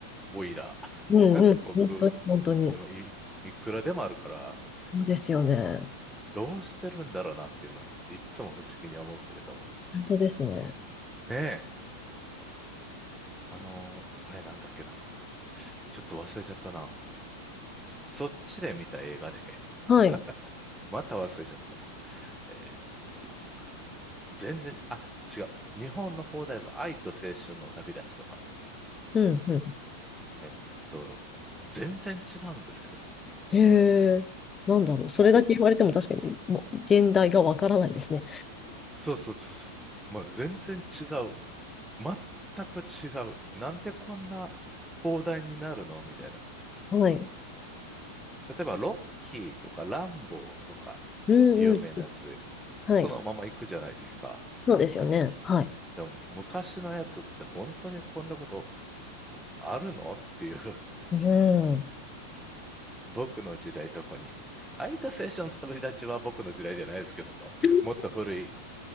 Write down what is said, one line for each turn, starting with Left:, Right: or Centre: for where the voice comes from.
Centre: おいら、
Left: うんうん。
Centre: <laughs> 僕、
Left: 本当に、本当に。
Centre: いやまあいいくらでもあるから、
Left: そうですよね。
Centre: どうしてるんだろうなっていうのは、いっつも不思議に思うけれども。
Left: 本当ですね。
Centre: ねえ、あのーあれなんだっけな。ちょっと忘れちゃったな。そっちで見た映画で、<laughs>
Left: はい。うん
Centre: また忘れちゃったな。えっと、なんだかな。全然、あ、違う。日本の放題が愛と青春の旅立ちとか。
Left: うん。
Centre: えっと、全然違うんですよ。
Left: へえ、なんだろう。それだけ言われても確かに、
Centre: ほ
Left: もう、現代がわからないですね。
Centre: そうそうそうそうそう。もう全然違う。全く違う。なんでこんな放題になるのみたいな。
Left: はい。
Centre: 例えば、ロッキーとかランボーとか、
Left: うんうん。
Centre: 有名なやつで、
Left: はい。
Centre: そのまま行くじゃないですか。
Left: そうですよね。はい。
Centre: でも、昔のやつって本当にこんなことあるのっていう、<laughs>
Left: うん。
Centre: 僕の時代とこに。空いた青春の旅立ちは僕の時代じゃないですけど、
Left: <laughs>
Centre: もっと古い、